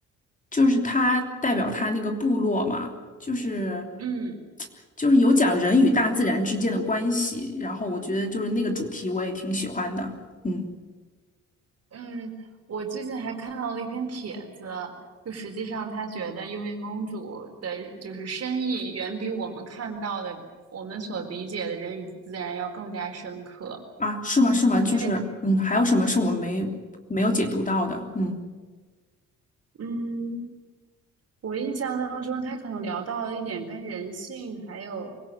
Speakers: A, on the left (about 25°); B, on the right (about 55°).
A: 就是他代表他那个部落嘛，就是
B: 嗯
A: 就是有讲人与大自然之间的关系，然后我觉得就是那个主题我也挺喜欢的。嗯。
B: 嗯，我最近还看到了一篇帖子，就实际上他觉得《幽灵公主》的就是深意远比我们看到的、我们所理解的人与自然要更加深刻，
A: 啊，是吗？是吗？就是，
B: 因为，
A: 嗯，还有什么是我们没没有解读到的？嗯，
B: 嗯。我印象当中，他可能聊到了一点跟人性，还有，